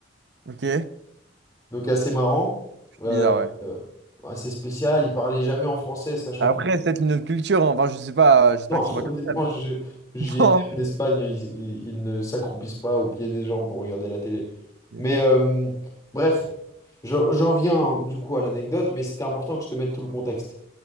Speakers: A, on the right; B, on the left.
A: Ok.
B: Donc, assez marrant, euh,
A: Bizarre, ouais.
B: euh, assez spécial. Il parlait jamais en français, sachant
A: Après,
B: que
A: c'est peut-être une autre culture. hein. Enfin, je sais pas. euh, J'espère
B: Non,
A: qu'ils
B: <laughs>
A: sont pas
B: honnêtement,
A: comme ça. mais-
B: je- j'y
A: <laughs>
B: ai
A: Non.
B: été en Espagne, ils, ils- ils ne s'accroupissent pas au pied des gens pour regarder la télé.
A: Ok.
B: Mais euh, bref, je- j'en viens hein, du coup à l'anecdote, mais c'était important que je te mette tout le contexte.